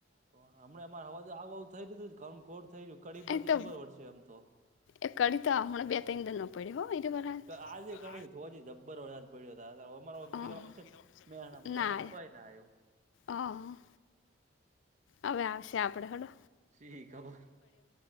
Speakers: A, on the right; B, on the left.
A: કો હમણા અમાર અવાજ આવ આવું થઈ રહયું. કામકોર થઈ ગયું કડી બાજુ
B: એ તો
A: જબર વરશે એમ તો
B: એમ તો એ કડી તો હમણાં બે ત્રણ દન પડ્યો હો એ વરસાદ
A: આજે કડી જબ્બર વરસાદ પડ્યો હતો અ <unintelligible> મે
B: હા
A: કીધું આવશે મેહોણામા. મેહોણામા
B: ના
A: કોય ના આયુ.
B: આવ્યો હવે આવશે આપડે હેડો
A: શી ખબર.